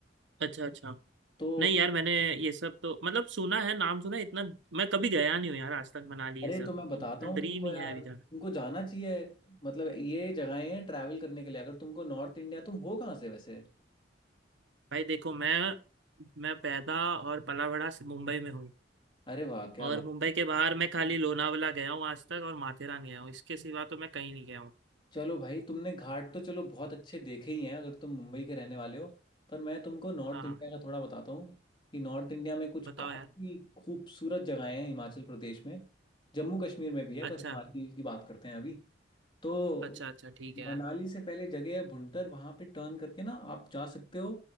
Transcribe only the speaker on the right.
अच्छा अच्छा
नहीं यार मैंने ये सब तो मतलब सुना है नाम सुना है, इतना मैं कभी गया नहीं हूँ यार आज तक मनाली
ये सब
ड्रीम
ही
है अभी जाना
भाई देखो मैं मैं पैदा और पला बड़ा से मुंबई में हूँ
और
मुंबई
के बाहर मैं खाली लोनावला गया हूँ आज तक और माथेरान गया हूँ इसके सिवा तो मैं कहीं नहीं गया हूँ
हाँ
बताओ
यार
अच्छा
अच्छा अच्छा ठीक है यार